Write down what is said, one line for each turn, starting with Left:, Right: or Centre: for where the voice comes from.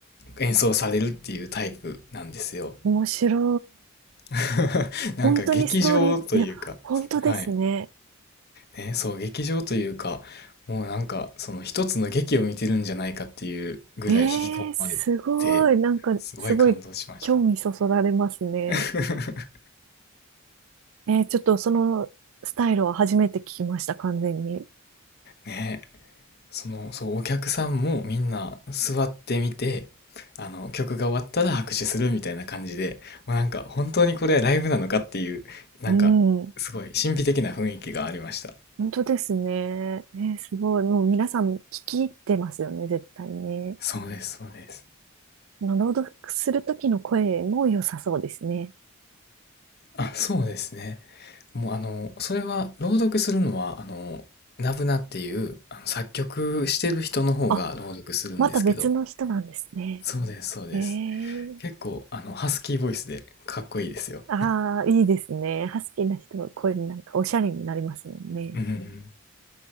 Left: 演奏されるっていうタイプなんですよ。
Right: 面白い。
Left: <laughs> なんか劇場というか、
Right: 本当にストーリー、いや、本当ですね。
Left: はい。ね、そう、劇場というか、もうなんか、その一つの劇を見てるんじゃないかっていうぐらい引き込まれて、
Right: ええすごい。なんか、
Left: すごい感動しました。
Right: すごい興味そそられますね。
Left: <laughs>
Right: えーちょっとそのスタイルは初めて聞きました、完全に。
Left: ねえそのそうお客さんもみんな座ってみてあの曲が終わったら拍手するみたいな感じでもうなんか本当にこれライブなのかっていうなんかすごい神秘的な雰囲気がありました
Right: うん。本当ですね。えーすごい。もう皆さん聞き入ってますよね、絶対ね。
Left: そうですそうです
Right: あの朗読する時の声も良さそうですね。
Left: あそうですねもうあのそれは朗読するのはあのナブナっていうあの作曲してる人の方が朗読するんですけど
Right: あ、また別の人なんですね。
Left: そうですそうです
Right: ええ
Left: 結構あのハスキーボイスでかっこいいですよ
Right: ああ、いいですね。ハスキーな人はこういうなんかおしゃれになりますもんね。
Left: うんうんうん